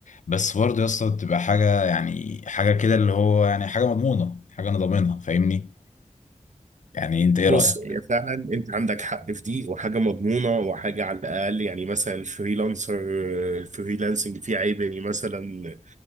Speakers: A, on the left (about 75°); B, on the right (about 70°).
A: بس برضه يا اسطى بتبقى حاجة يعني حاجة كده اللي هو يعني حاجة مضمونة حاجة انا ضامنها فاهمني يعني انت ايه
B: بص
A: رأيك
B: هي فعلا انت عندك حق في دي وحاجه مضمونه وحاجه على الاقل يعني مثلا الفريلانسر الفريلانسنج فيه عيب اني مثلا